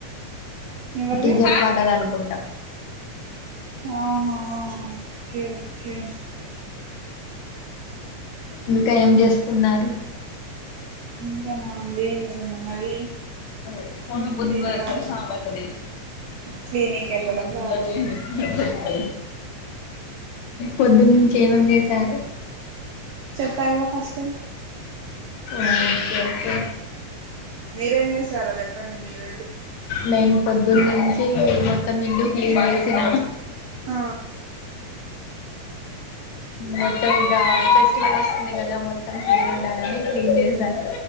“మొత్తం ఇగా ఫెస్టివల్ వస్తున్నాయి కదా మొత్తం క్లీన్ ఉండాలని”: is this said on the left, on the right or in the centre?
Left